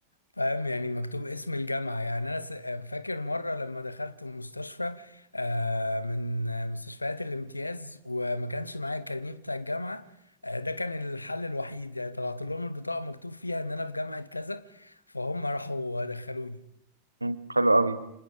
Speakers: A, on the left (about 80°); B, on the right (about 80°).
A: فاهم يعني مكتوب اسم الجامعة يعني انا س- آه، فاكر مرة لما دخلت مستشفى آه، من آه، مستشفيات الامتياز وما كانش معايا الكارنيه بتاع الجامعة آه، ده كان الحل الوحيد يعني طلعت لهم البطاقة مكتوب فيها ان انا في جامعة كذا فهم راحوا دخلوني
B: مم. حلو قوي